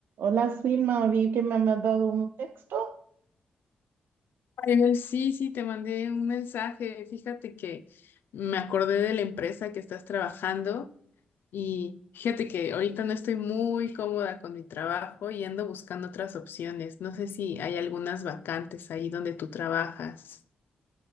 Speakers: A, on the right; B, on the left.
A: Hola, Silma, vi que me has dado un texto.
B: Ariel, sí, sí, te mandé un mensaje. Fíjate que me acordé de la empresa que estás trabajando y fíjate que ahorita no estoy muy cómoda con mi trabajo y ando buscando otras opciones. No sé si hay algunas vacantes ahí donde tú trabajas.